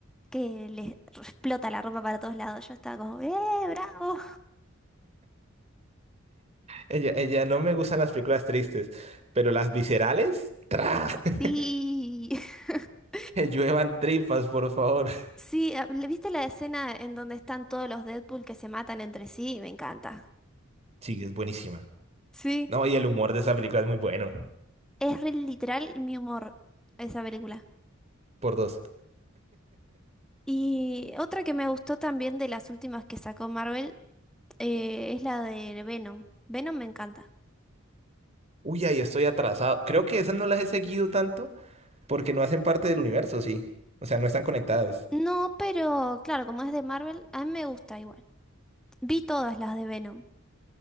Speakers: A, in the centre; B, on the right.
A: que le explota la ropa para todos lados. Yo estaba como, ¡eh, bravo!
B: Ella, ella, no me gustan las películas tristes, pero las viscerales, ¡tra! <laughs>
A: Sí. <laughs>
B: Que lluevan tripas, por favor.
A: Sí, a- ¿viste la escena en donde están todos los Deadpool que se matan entre sí? Me encanta.
B: Sí, es buenísima.
A: Sí.
B: No, y el humor de esa película es muy bueno.
A: Es re literal mi humor esa película.
B: Por dos.
A: Y otra que me gustó también de las últimas que sacó Marvel eh, es la de Venom. Venom me encanta.
B: Uy, ahí estoy atrasado. Creo que esas no las he seguido tanto porque no hacen parte del universo, sí. O sea, no están conectadas.
A: No, pero claro, como es de Marvel, a mí me gusta igual. Vi todas las de Venom.